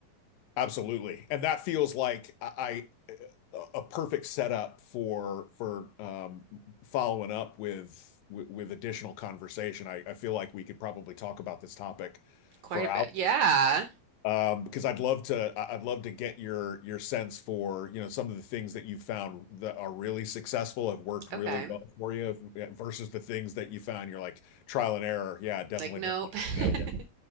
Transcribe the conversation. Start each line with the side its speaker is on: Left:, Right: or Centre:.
Left: Absolutely, and that feels like I, I a perfect setup for for um, following up with with additional conversation. I, I feel like we could probably talk about this topic
Right: Quite
Left: for
Right: a
Left: hours.
Right: bit. Yeah.
Left: um, because I'd love to I- would love to get your your sense for you know some of the things that you found that are really successful have worked really
Right: Okay.
Left: well for you yeah, versus the things that you found you're like trial and error. Yeah, I definitely
Right: Like, nope.
Left: don't want
Right: <laughs>
Left: to do that